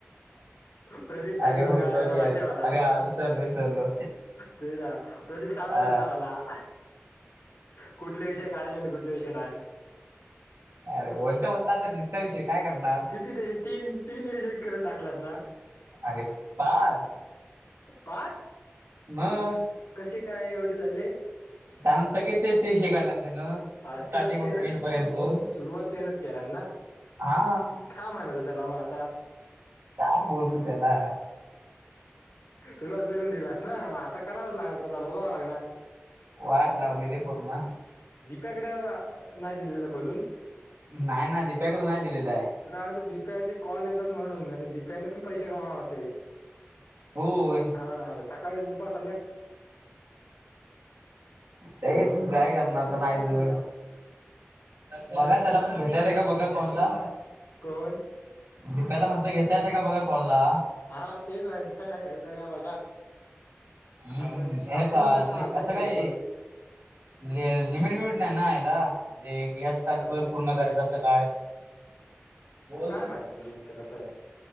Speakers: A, on the left; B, on the right.
A: प्रदीप सानी
B: अरे
A: तुझं
B: होय
A: गायला
B: सॉरी
A: माहिती
B: अरे
A: आहेय मला
B: अरे हा विसरलो विसरलो
A: तेडा ला
B: अ
A: कुठले विषय काढायचे आणि कुठले विषय नाही
B: अरे बोलता होता आता नित्याविषयी काय करणार
A: त्या तीम तीम रिजेक्ट करून टाकलास ना
B: अरे पाच
A: पाच
B: म
A: कसे काय एवढे झाले
B: त्यान सगळे तेच तेवशी काढल्या त्यानं
A: असं
B: स्टार्टिंग पासून
A: ते ना
B: एंड पर्यंत
A: सुरुवात तेनच केला ना
B: हा
A: काा म्हणात हो त्याला मग आता
B: काय बोलतू त्याला
A: सुरुवात करून दिलास ना आता करावंच लागणार तुला भोगावं लागणार
B: वाट लावली रे पूर्ण
A: दीप्याकडे नाही दिलेलं खोलून
B: नाही ना दीप्याकड नाही दिलेलं आहे
A: तरग द दिप्याचे कॉल येतात म्हणून दिप्याने पण पैसे कमाव असते
B: होय
A: हा सकाळी दुपास
B: तेच काय करणार तर नाही जर बघा चला पण घेता येत का बघा कॉल ला
A: कोण
B: दीपा्याला म्हटलं घेता येत का बघा कॉलला
A: हा तेच माहि का बघा
B: हम्म
A: आपण
B: हे
A: आपण
B: का
A: नुसत अभ्यास
B: असं
A: करतोय
B: काय लिमिट बिमिट नाही ना याला म्हणे गॅस
A: कसलं
B: पूर्ण करायचं असं काय बोल
A: काय माहिती लिमिटच कसं आहे